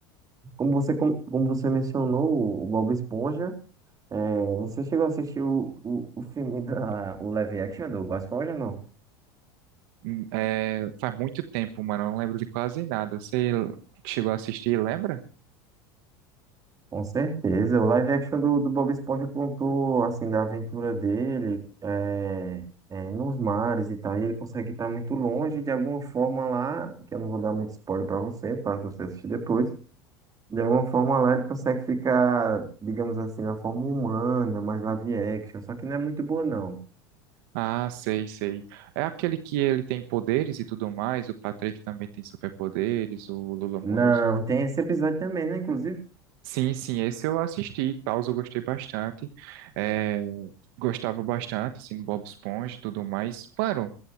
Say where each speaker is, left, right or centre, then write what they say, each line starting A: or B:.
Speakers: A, on the right (about 30°); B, on the right (about 65°).
A: Como você, com- como você mencionou, o o Bob Esponja, é, você chegou a assistir o, o, o filme da, o live action do Bob Esponja, não?
B: Hum, É, faz muito tempo, mano. Eu não lembro de quase nada. Você chegou a assistir, lembra?
A: Com certeza. O live action do, do Bob Esponja contou, assim, da aventura dele é, é, nos mares e tal. E ele consegue estar muito longe de alguma forma lá, que eu não vou dar muito spoiler pra você, para você assistir depois. De alguma forma lá ele consegue ficar, digamos assim, na forma humana, mais live action. Só que não é muito boa, não.
B: Ah, sei, sei. É aquele que ele tem poderes e tudo mais, o Patrick também tem superpoderes, o Lula Molusco.
A: Não, tem esse episódio também, né, inclusive?
B: Sim, sim, esse eu assisti e tal, eu gostei bastante. É, gostava bastante, assim, do Bob Esponja e tudo mais. Mano,